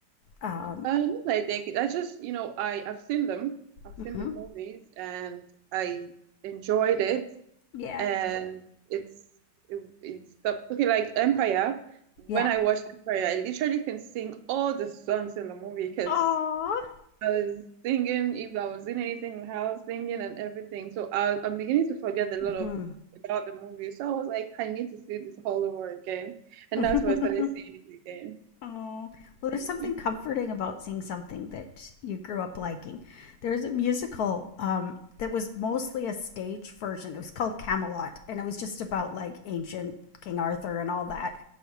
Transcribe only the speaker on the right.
um, I take it. I just you know I I've seen them. I've
seen the movies and I enjoyed it.
and it's it, it's the okay like Empire. When
I watched Empire, I literally can sing all the songs in the movie because
I was singing if I was in anything in the house, singing and everything. So I, I'm beginning to forget a lot
of about the movie. So I was like, I need to see this all over again, and
that's why I started seeing it again.
Yeah.